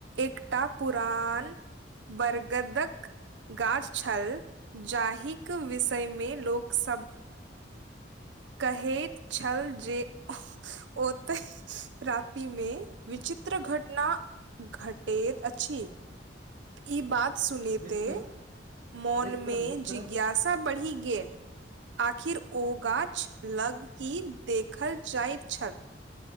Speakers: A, on the right (about 85°); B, on the right (about 45°).
A: एकटा पुरान बरगदक गाछ छल जाहिक विषयमे लोकसभ कहैत छल जे ओतय रातिमे विचित चित्र घटना घटैत अछि ई बात सुनैते
B: मित्र
A: मोनमे
B: मित्र मित्र
A: जिज्ञासा बढ़ि गेल आखिर ओ गाछ लग की देखल जाइत छल